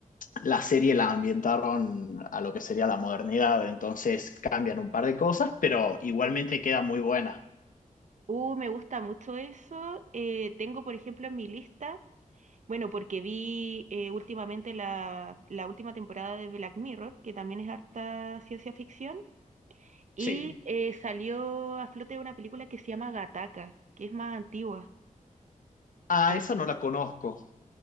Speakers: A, on the left; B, on the right.
A: la serie la ambientaron a lo que sería la modernidad, entonces cambian un par de cosas, pero igualmente queda muy buena.
B: Uh, me gusta mucho eso. Eh, tengo, por ejemplo, en mi lista, bueno, porque vi eh, últimamente la, la última temporada de Black Mirror, que también es harta ciencia ficción, y
A: Sí.
B: eh, salió a flote una película que se llama Gataca, que es más antigua.
A: Ah,
B: Ah.
A: esa no la conozco.